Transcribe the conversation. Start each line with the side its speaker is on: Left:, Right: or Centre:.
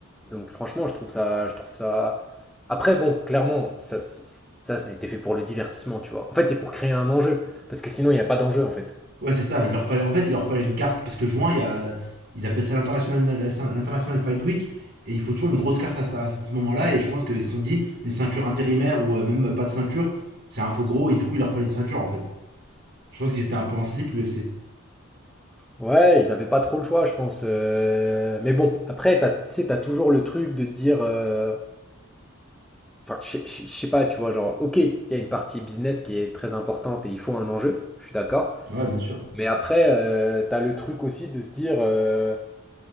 Centre: Donc franchement, je trouve ça, je trouve ça. Après, bon, clairement, ça, c'est- ça, ça a été fait pour le divertissement, tu vois. En fait, c'est pour créer un enjeu, parce que sinon, il n'y a pas d'enjeu, en fait.
Right: Ouais, c'est ça. Il leur fallait, en fait, il leur fallait une carte parce que juin, il y a, ils appellent ça l'international, l'international fight week et il faut toujours une grosse carte à, ce- à ce moment-là. Et je pense qu'ils se sont dit une ceinture intérimaire ou euh, même pas de ceinture, c'est un peu gros et du coup il leur fallait une ceinture en fait. Je pense qu'ils étaient un peu en slip l'UFC.
Centre: Ouais, ils avaient pas trop le choix, je pense. euh, Mais bon, après, t'as, tu sais, t'as toujours le truc de te dire, euh, enfin, je sais je sais- je sais pas, tu vois, genre, ok, il y a une partie business qui est très importante et il faut un enjeu, je suis d'accord.
Right: Ouais, bien sûr.
Centre: Mais après, euh, t'as le truc aussi de se dire, euh,